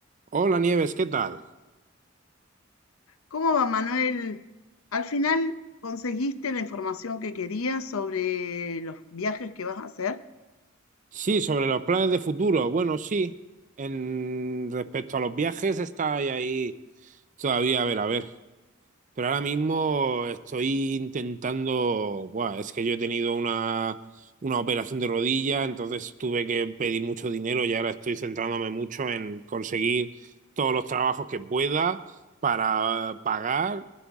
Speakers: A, on the right; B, on the left.
A: Hola Nieves, ¿qué tal?
B: ¿Cómo va, Manuel? Al final conseguiste la información que querías sobre los viajes que vas a hacer.
A: Sí, sobre los planes de futuro. Bueno, sí, en respecto a los viajes está ahí, ahí todavía a ver, a ver. Pero ahora mismo estoy intentando, buah, es que yo he tenido una, una operación de rodilla, entonces tuve que pedir mucho dinero y ahora estoy centrándome mucho en conseguir todos los trabajos que pueda para pagar.